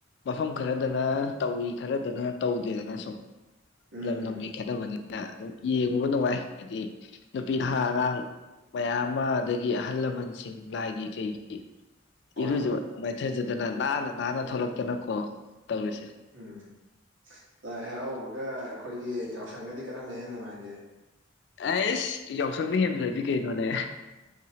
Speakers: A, on the left; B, on the right.
A: ꯃꯐꯝ ꯈꯔꯗꯅ ꯇꯧꯏꯤ ꯈꯔꯗꯅ ꯇꯧꯗꯦꯗꯅ ꯁꯨꯝ
B: ꯎꯝ
A: ꯂꯝ
B: ꯎꯝ
A: ꯂꯝꯒꯤ ꯈꯦꯠꯅꯕꯅꯤ ꯑꯗꯨꯝ ꯌꯦꯡꯉꯨꯕ ꯅꯨꯡꯉꯥꯏ ꯍꯥꯏꯗꯤ ꯅꯨꯄꯤ ꯅꯍꯥ ꯑꯉꯥꯡ ꯃꯌꯥꯝ ꯑꯃ ꯑꯗꯒꯤ ꯑꯍꯜ ꯂꯃꯟꯁꯤꯡ ꯂꯥꯏꯒꯤ ꯀꯩꯒꯤ
B: ꯍꯣꯏ
A: ꯏꯔꯨꯖ
B: ꯍꯣꯏ
A: ꯃꯥꯏꯊꯖꯗꯅ ꯅꯥꯟꯅ ꯅꯥꯟꯅ ꯊꯣꯛꯂꯛꯇꯅꯀꯣ ꯇꯧꯔꯤꯁꯦ
B: ꯎꯝ ꯂꯥꯏ ꯍꯔꯥꯎꯕꯒ ꯑꯩꯈꯣꯏꯒꯤ ꯌꯥꯎꯁꯪꯒꯗꯤ ꯀꯔꯝꯕꯅ ꯍꯦꯟꯅ ꯅꯨꯡꯉꯥꯏꯒꯦ
A: ꯑꯁ ꯌꯥꯎꯁꯪꯅ ꯍꯦꯟꯗ꯭ꯔꯗꯤ ꯀꯩꯅꯣꯅꯦ